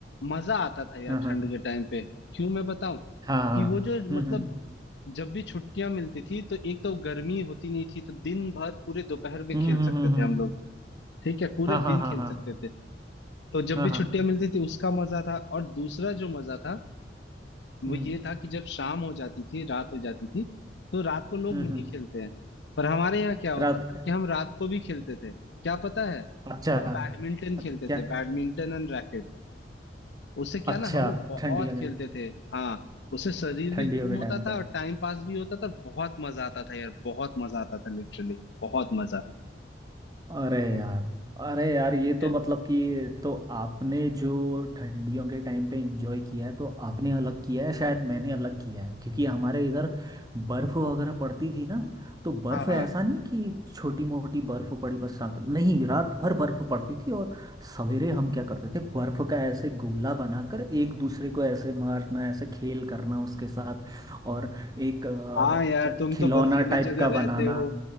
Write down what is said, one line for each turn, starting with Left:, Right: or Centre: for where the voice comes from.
Left: मजा आता था यार
Right: हाँ हाँ
Left: ठंड के टाइम पे क्यों मैं बताऊं
Right: हाँ हाँ,
Left: कि वो जो
Right: हम्म
Left: मतलब
Right: हम्म
Left: जब भी छुट्टियां मिलती थी तो एक तो गर्मी होती नहीं थी तो दिन भर पूरे दोपहर में
Right: हम्म
Left: खेल
Right: हम्म
Left: सकते
Right: हम्म,
Left: थे
Right: हम्म,
Left: हम लोग ठीक है पूरे
Right: हाँ हाँ
Left: दिन
Right: हाँ
Left: खेल
Right: हाँ
Left: सकते थे तो जब
Right: हाँ
Left: भी
Right: हाँ
Left: छुट्टियां मिलती थी उसका मजा था और दूसरा जो मजा था वो
Right: हम्म
Left: ये था कि जब शाम हो जाती थी रात हो जाती थी तो रात को लोग
Right: हम्म
Left: नहीं
Right: हम्म,
Left: खेलते हैं पर हमारे यहाँ क्या होता
Right: रात
Left: था कि हम रात को भी खेलते थे क्या पता है
Right: अच्छा
Left: हम बैडमिंटन
Right: अच्छा
Left: खेलते थे बैडमिंटन एंड रैकेट उससे क्या
Right: अच्छा
Left: ना हम लोग बहुत
Right: ठंडियों के
Left: खेलते थे हाँ उससे शरीर
Right: ठंडियों
Left: भी गर्म
Right: के
Left: होता
Right: टाइम
Left: था
Right: पे
Left: और टाइम पास भी होता था बहुत मजा आता था यार बहुत मजा आता था लिटरली बहुत मजा
Right: अरे यार अरे यार ये
Left: ठीक
Right: तो
Left: है
Right: मतलब कि तो आपने जो ठंडियों के टाइम पे एंजॉय किया है तो आपने अलग किया है शायद मैंने अलग किया है क्योंकि हमारे इधर बर्फ वगैरह पड़ती थी ना तो बर्फ
Left: हाँ हाँ
Right: ऐसा नहीं कि छोटी मोटी बर्फ पड़ी बस साथ नहीं रात भर बर्फ पड़ती थी और सवेरे हम क्या करते थे बर्फ का ऐसे गोला बनाकर एक दूसरे को ऐसे मारना ऐसे खेल करना उसके साथ और एक
Left: हाँ यार
Right: अ,
Left: तुम
Right: खिलौना
Left: तो बर्फीली
Right: टाइप
Left: जगह
Right: का बनाना
Left: रहते हो